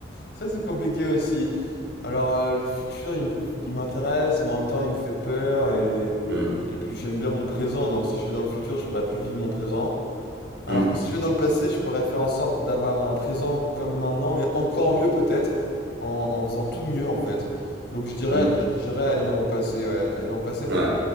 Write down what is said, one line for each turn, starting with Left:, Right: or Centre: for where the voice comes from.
Left: ça c'est compliqué aussi. Alors, euh, le futur, il, m- il m'intéresse, mais en même temps, il me fait peur. Et,
Right: mm,
Left: et puis, j'aime bien mon présent. Donc, si je vais dans le futur, je pourrais plus vivre mon présent. Alors
Right: mm,
Left: que si je vais dans le passé, je pourrais faire en sorte d'avoir un présent comme maintenant, mais encore mieux peut-être, en, en faisant tout mieux en fait. Donc je dirais,
Right: mm,
Left: je dirais aller dans mon passé, ouais, aller dans mon passé pour,
Right: mm. Ouais.